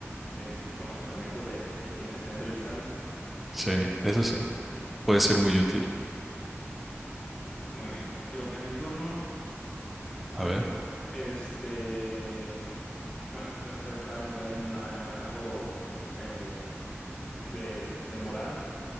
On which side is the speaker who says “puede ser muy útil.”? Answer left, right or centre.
Centre